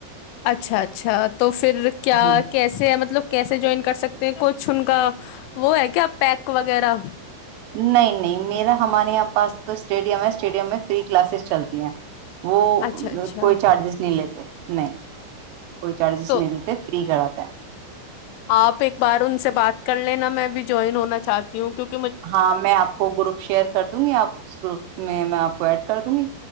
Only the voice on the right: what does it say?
ہاں جی
نہیں نہیں میرا ہمارے یہاں پاس تو اسٹیڈیم ہے اسٹیڈیم میں فری کلاسز چلتی ہیں وہ
کوئی چارجز نہیں لیتے نہیں کوئی چارجز
نہیں دیتے فری کرا
ہاں میں آپ کو گروپ شیئر کر دوں گی آپ گروپ میں آپ کو ایڈ کر دوں گی